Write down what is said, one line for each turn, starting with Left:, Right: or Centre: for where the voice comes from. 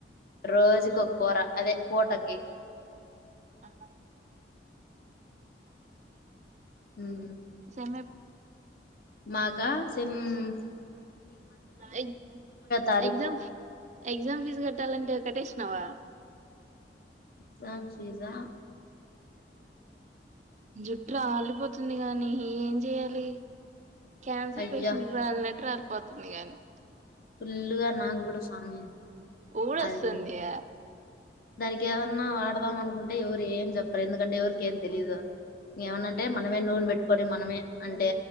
Left: రోజుకుక్కో కూర అదే పూటకి
Right: ఆ
Left: ఉమ్
Right: అమె
Left: మాకా సే హ్మ్మ్
Right: ఎగ్
Left: తారీఖు
Right: ఎగజామ్ ఎగ్జామ్ ఫీజ్ కట్టాలంటే కటేషినావ
Left: సార్ చీజా
Right: జుట్టు రాలిపోతుంది గానీ ఏం చేయాలి క్యాన్సర్
Left: అయ్యా
Right: పేషంట్ రాల్నట్టు రాల్పొతుంద్ ని గాని
Left: ఫుల్లుగా నాకు కూడాూ స్వామి
Right: ఊడస్తుందియా
Left: అది దానికి ఏదన్నా వాడదాం అనుకుంట్ ఎవరు ఏం చెప్పరు ఎందుకంటే ఎవర్ కేం తెలిద ఏమన్నంటే మనమే నూనె పెట్టుకుం పోని మనమే అంటే